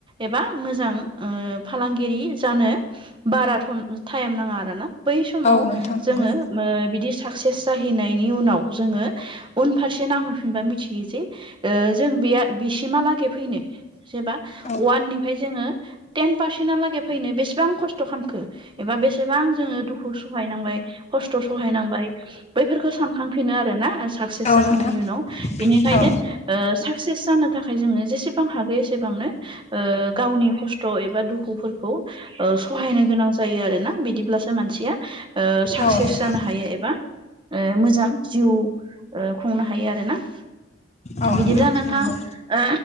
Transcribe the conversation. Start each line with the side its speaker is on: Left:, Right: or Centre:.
Right: एबा मोजां ओ फालांगिरि जानो बाराथम टाइएम नाङा आरो ना। बै समाव
Left: औ नोंथां नंगौ
Right: जोङो ओ बिदि साक्सेस जाहैनायनि उनाव जोङो उनफारसे नाहरफिनबा मिथियो जे ए जों बे बिसिमहालागै फैनो जेबा
Left: औ
Right: वाननिफाय जोङो तेनफार सेनआ लागै फैनो बेसेबां खस्थ' खालामखो एबा बेसेबां जोङो दुखु सहायनांबाय। खस्थ' सहायनांबाय बैफोरखौ सानखांफिनो आरो ना। साक्सेस
Left: औ
Right: जाखांनायनि
Left: नोंथां
Right: उनाव बेनिखायनो
Left: औ
Right: ओ साक्सेस जानो थाखाय जोङो जेसेबां हागो एसेबांनो ए गावनि खस्थ' एबा दुखुफोरखौ ओ सहायनो गोनां जायो आरोना बिदिब्लासो मानसिया ओ साक्सेस
Left: औ नोंथां
Right: जानो हायो। एबा ओ मोजां जिउ ए खुंनो हायो आरो ना।
Left: औ
Right: बिदिब्ला नोंथां
Left: नंगौ
Right: ओ